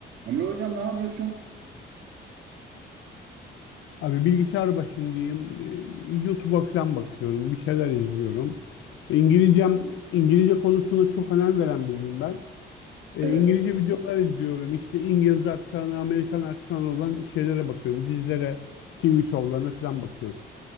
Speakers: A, on the right; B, on the left.
A: Emre hocam ne yapıyorsun?
B: Abi bilgisayar başındayım. Ee, YouTube'a falan bakıyorum. Bir şeyler izliyorum. E, İngilizcem, İngilizce konusuna çok önem veren biriyim ben. Ee,
A: Evet,
B: İngilizce videolar izliyorum. İşte İngiliz aksanı, Amerikan aksanı olan şeylere bakıyorum. Dizilere, TV şovlarına falan bakıyorum.